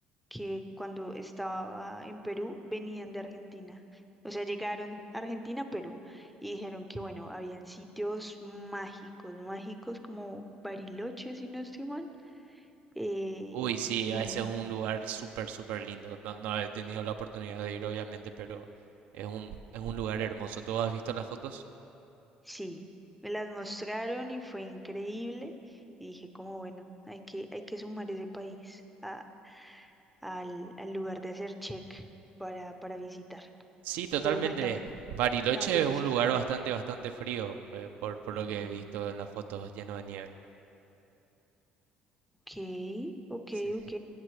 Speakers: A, in the centre; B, on the right (about 75°).
A: que cuando estaba en Perú venían de Argentina. O sea, llegaron a Argentina, a Perú, y dijeron que, bueno, habían sitios mágicos, mágicos como Bariloche, si no estoy mal Eh,
B: Uy, sí,
A: y
B: ese
A: m-
B: es un lugar súper, súper lindo. No, no he tenido la oportunidad de ir, obviamente, pero es un, es un lugar hermoso. ¿Tú has visto las fotos?
A: sí, me las mostraron y fue increíble. Y dije, como bueno, hay que, hay que sumar ese país a- al, al lugar de hacer check para, para visitar.
B: Sí, totalmente.
A: Pero cuéntame,
B: Bariloche
A: ¿a dónde
B: es
A: fuiste?
B: un lugar bastante, bastante frío, eh, por, por
A: Ujú.
B: lo que he visto en las fotos, lleno de nieve.
A: Ok, ok,
B: Sí.
A: ok.